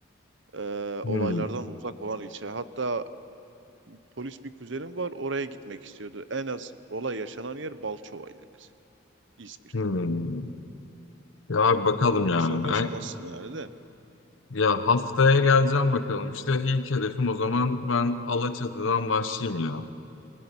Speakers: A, on the right; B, on the left.
A: e,
B: Hmm,
A: olaylardan uzak olan ilçe. Hatta polis bir kuzenim var oraya gitmek istiyordu. En az olay yaşanan yer Balçova'ydı mesela İzmir'de.
B: hmm. Ya abi bakalım
A: O konuda
B: yani.
A: sorun yaşamazsın
B: Ay-
A: yani de.
B: Ya haftaya geleceğim bakalım. İşte ilk hedefim o zaman ben Alaçatı'dan başlayayım ya.